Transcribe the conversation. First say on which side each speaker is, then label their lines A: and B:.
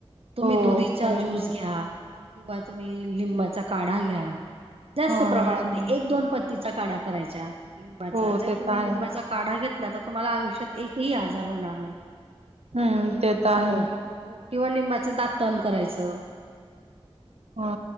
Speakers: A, on the right; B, on the right.
A: तुम्ही
B: हो
A: दुधीचा
B: खरं
A: ज्यूस घ्या किंवा तुम्ही लिंबाचा काढा घ्या जास्त
B: हा
A: प्रमाणात
B: हा
A: एक दोन पत् तिचा काढा कराय लिंबाचा
B: हो
A: जर
B: ते तर
A: तुम्ही
B: आहे
A: लिंबाचा काढा घ तर तुम्हाला आयुष्यात एकही आजार होणार नाही
B: हम्म ते तर आहे
A: हो हो किंवा लिंबाचं दातन करायचं
B: हा